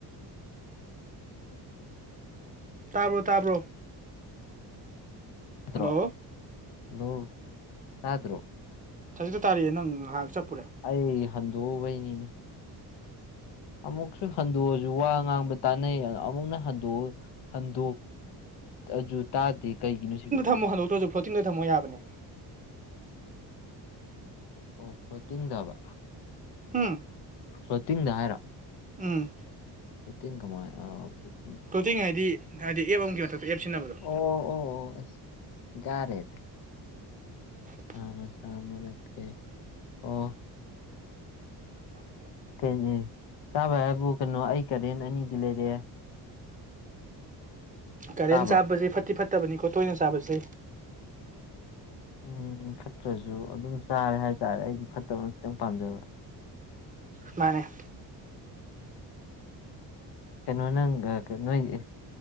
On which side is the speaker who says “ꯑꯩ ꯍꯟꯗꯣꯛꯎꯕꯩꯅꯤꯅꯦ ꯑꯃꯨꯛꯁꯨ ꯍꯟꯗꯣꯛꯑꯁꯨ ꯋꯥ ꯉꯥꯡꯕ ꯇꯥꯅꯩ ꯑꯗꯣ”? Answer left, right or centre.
Left